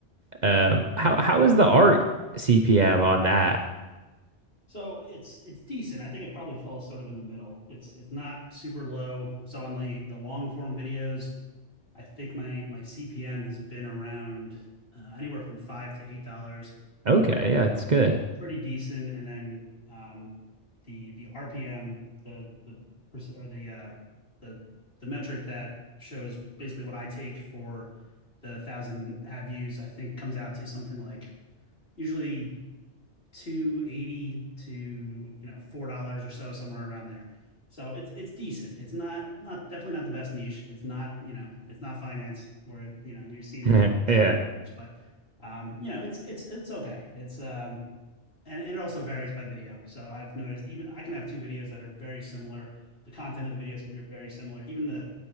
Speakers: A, on the right; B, on the left.
A: Um, how how is the art CPM on that?
B: So it's it's decent. I think it probably falls sort of in the middle. It's it's not super low. So on the the long form videos, I think my my CPM has been around uh, anywhere from five to eight dollars.
A: Okay, yeah, it's good.
B: So pretty decent. And then um, the the RPM, the the perc- or the uh, the the metric that shows basically what I take for the thousand ad views, I think comes out to something like usually 280 to, you know, $4 or so, somewhere around there. So it's it's decent. It's not not definitely not the best niche. It's not, you know, it's not finance where, you know, you're seeing
A: <laughs>
B: much, much
A: Yeah.
B: higher numbers, but um, you know, it's it's it's okay. It's um and, and it also varies by video. So I've noticed even I can have two videos that are very similar. The content of the videos can be very similar. Even the